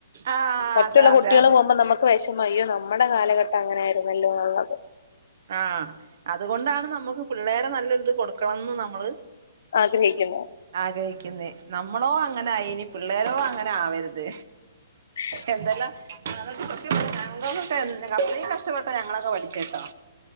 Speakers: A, on the right; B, on the left.
A: ആഹ്
B: മറ്റുള്ള
A: അതെ അതെ
B: കുട്ടികൾ
A: അതെ
B: പോകുമ്പോ നമ്മക് ക്ക് വിഷമ അയ്യോ നമ്മുടെ കാലഘട്ടം അങ്ങനെ ആരുന്നല്ലോന്നൊള്ളത്
A: ആഹ് അതുകൊണ്ടാണ് നമ്മുക്ക് പിള്ളേരെ നല്ലൊരിത് കൊടുക്കണംന്ന് നമ്മള്
B: ആഗ്രഹിക്കുന്നു
A: ആഗ്രഹിക്കുന്നെ നമ്മളോ അങ്ങനായി ഇനി പിള്ളേരോ അങ്ങനെ ആവരുത്
B: <unintelligible>
A: എന്തെല്ലാം ഞന്നൊക്കെ <unintelligible> അത്രക്ക് കഷ്ടപ്പെട്ടോ ഞങ്ങളൊക്കെ പഠിച്ച കേട്ടോ